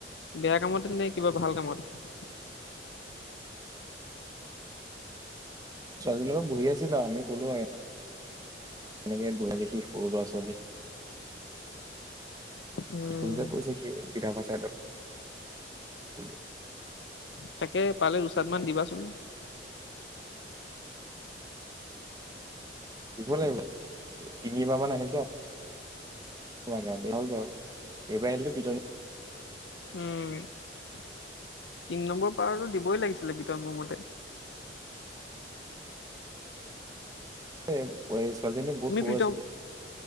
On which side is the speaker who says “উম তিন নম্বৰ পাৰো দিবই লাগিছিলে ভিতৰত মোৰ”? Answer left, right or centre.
Left